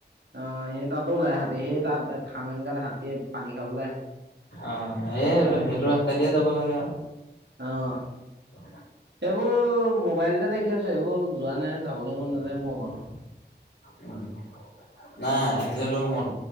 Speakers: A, on the right (about 80°); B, on the left (about 75°).
A: অ সেই তাতো ওাই হাতী সেই তাত খামেংগাত হাতীয়ে পানী খাবলৈ আহে
B: অ এই
A: বিলখনত।
B: সেইটো ৰাস্তাই দিয়ে যাব লাগে আৰু
A: অ
B: অ
A: এইবোৰ মোবাইলতে দেখি আছো এইবোৰ যোৱা নাই যাবলৈ মন নাযায় মই কনো
B: উম নাই আলেতো মন